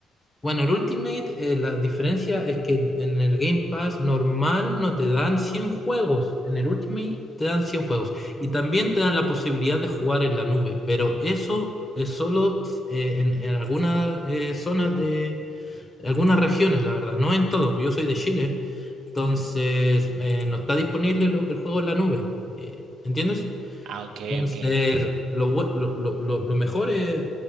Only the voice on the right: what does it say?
Ah, ok,
ok.